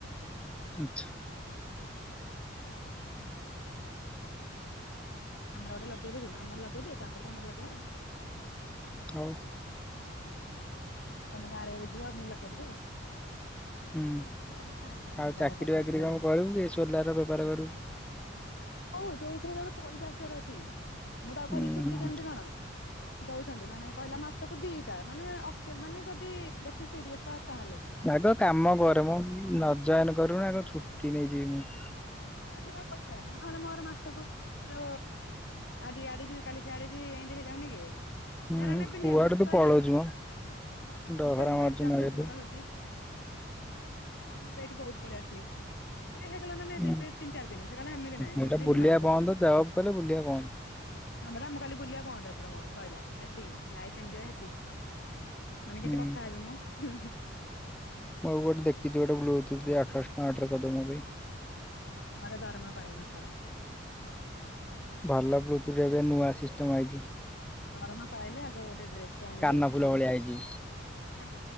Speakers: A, in the centre; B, on the left.
A: ଆଛା।
B: ଆମର ଗୋଟ ଲଗେଇ ଦେବି ଆମର ଲଗେଇଦିଏ ତାପରେ ତମର ଲଗେଇବା ଆଉ।
A: ହଉ।
B: ତମ ଗାଁରେ ବୁଝିବ ଆଉ ମୁଁ ଲଗେଇଦେବି ଆଉ।
A: ହୁଁ
B: ତମ ଗାଁରେ ତମ
A: ଆଉ
B: ଗାଁ
A: ଚାକିରି
B: କଟକ
A: ବାକିରି
B: ଯୋଉ
A: କଣ କରିବୁ କି ସୋଲାର ବେପାର କରିବୁ।
B: ହଉ ଯୋଉ ଥିରେ ହେଲେ ତ ପଇସା ଆସିବାର ଅଛି ମୁଁ ତାକୁ
A: ହୁଁ
B: କହିଲି ଛୁଟି
A: ହୁଁ
B: କେମିତି କଣ? ଦଉଛନ୍ତି ମାନେ କହିଲା ମାସକୁ ଦିଟା ମାନେ ମାନେ ଯଦି ବେଶୀ ସିରିଏସ ତାହାଲେ।
A: ଆଗ କାମ କର ମ ନ ଜଏନ କରୁଣୁ ଆଗ ଛୁଟି ନେଇଯିବି ମୁଁ।
B: ଆରେ ମୁଁ ତାକୁ ପଚାରିଲି ନହେଲେ ମୋର ମାସକୁ। ର ଆଜି ଇଆଡ଼େ ଯିବି କାଲି ସିଆଡ଼େ ଯିବି ଏମିତି ହେଇଯାଉନିକି? ହେରା
A: ହୁଁ ହୁଁ
B: ନେବିନି
A: କୁଆଡେ
B: ଆଉ
A: ତୁ
B: ସିଇଲା
A: ପଳଉଛୁ ମ ଡହରା
B: ମୁଁ କହିଲି ମୋ
A: ମାରୁଛୁ
B: ଏଗ୍ଜାମ୍
A: ମାରିବାକୁ
B: ଜଉଦିନ ରହୁଚି ମାନେ ଏବେ ଏଇଠି ବହୁତ୍ ପଳେଇ ଆସିଲେ ଏ ହେଇଗଲାନା ନାହିଁ
A: ହୁଁ
B: ଦିତି ତିନି ଚାରି ଦିନି ସେକହିଲା ହେମିତି ନାହିଁ
A: ଏଇଟା
B: ଦିଦିନି
A: ବୁଲିବା
B: ମାସକୁ।
A: ବନ୍ଦ ଜବ୍ କଲେ ବୁଲିବା ବନ୍ଦ
B: ହପରା ଆଉ ମୁଁ କହିଲି ବୁଲିବା ବନ୍ଦ ଏଥର ମୋର ସରିଲା ସେତିକି ଲାଇଫ୍ ଏଞ୍ଜୟ୍ ହେତିକି। ମାନେ କେମିତି
A: ହୁଁ
B: କଥା ହେବି ମୁଁ ହୁଁ ହୁଁ।
A: ମୁଁ ଆଉ ଗୋଟେ ଦେଖିଚି ଗୋଟେ ବ୍ଲୁ ଟୁଥ୍ ଆଠଶହ ଟଙ୍କା ଅର୍ଡର କରିଦବୁ ମୋପାଇଁ।
B: ମୋର ଦରମା ପାଏ ଏମାସର।
A: ଭଲ ବ୍ଲୁଟୁଥ୍ ଏବେ ନୂଆ ସିଷ୍ଟମ୍ ଆଇଚି।
B: ଦରମା ପାଇଲେ ଆଗ ଗୋଟେ ଡ୍ରେସ୍ ଟେ ଆଣିବି।
A: କାନ
B: ଏ
A: ଫୁଲ ଭଳିଆ ହେଇଛି